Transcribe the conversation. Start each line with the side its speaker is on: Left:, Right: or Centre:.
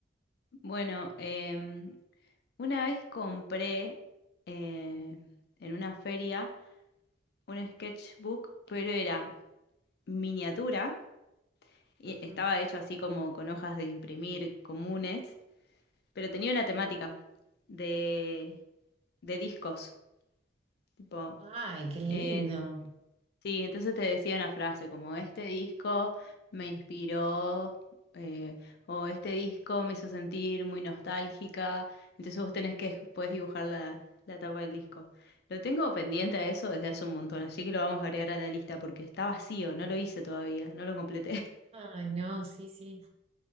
Left: Bueno, em, una vez compré eh, en una feria. un sketchbook, pero era miniatura y
Right: Ujú.
Left: estaba hecho así como con hojas de imprimir comunes, pero tenía una temática de, de discos. Tipo,
Right: Ay, qué lindo.
Left: eh, Sí, entonces te decía una frase como este disco me inspiró eh, o este disco me hizo sentir muy nostálgica. Entonces vos tenés que puedes dibujar la, la tapa del disco. Lo tengo pendiente a eso desde hace un montón, así que lo vamos a agregar a la lista porque está vacío, no lo hice todavía, no lo completé. <laughs>
Right: Ay, no, sí, sí.